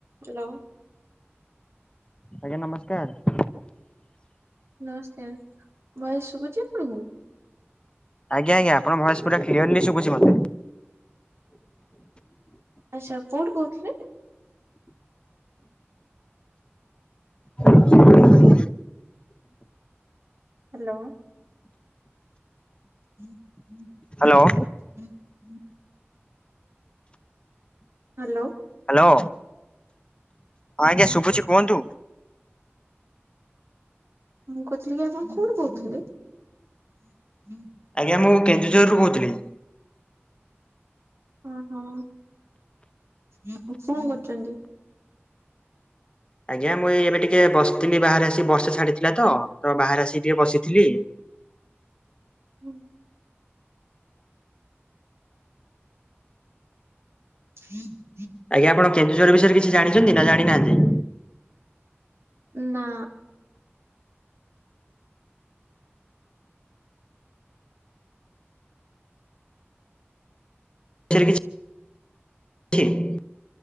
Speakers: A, on the right; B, on the left.
A: Hello.
B: ଆଜ୍ଞା ନମସ୍କାର।
A: ନମସ୍କାର ଭଏସ ଶୁଭୁଚି ଆପଣଙ୍କୁ।
B: ଆଜ୍ଞା ଆଜ୍ଞା ଆପଣଙ୍କ ଭଏସ ପୁରା କ୍ଲିଆର୍ଲି ସୁବୁଚି ମତେ।
A: ଆଚ୍ଛା କୋଉଠୁ କହୁଥିଲେ?
B: <inaudible>
A: ହାଲୋ। ହୁଁ ହୁଁ।
B: ହାଲୋ।
A: <inaudible> ହାଲୋ।
B: ହାଲୋ ହଁ ଆଜ୍ଞା ଶୁଭୁଛି କୁହନ୍ତୁ।
A: ମୁଁ କହୁଥିଲି ଆପଣ କୋଉଠୁ କହୁଥିଲେ।
B: ଆଜ୍ଞା ମୁଁ କେନ୍ଦୁଝରରୁ କହୁଥିଲି।
A: ହଁ ହଁ <inaudible> କଣ କରୁଛନ୍ତି।
B: ଆଜ୍ଞା ମୁଁ ଏଇ ଏବେ ଟିକେ ବସିଥିଲି ବାହାରେ ଆସିକି ବର୍ଷା ଛାଡିଥିଲା ତ ବାହାରେ ଆସିକି ଟିକେ ବସିଥିଲି
A: ହଁ। <inaudible>
B: ଆଜ୍ଞା ଆପଣ କେନ୍ଦୁଝର ବିଷୟରେ କିଛି ଜାଣିଛନ୍ତି ନା ଜାଣିନାହାନ୍ତି।
A: ନା
B: <unintelligible>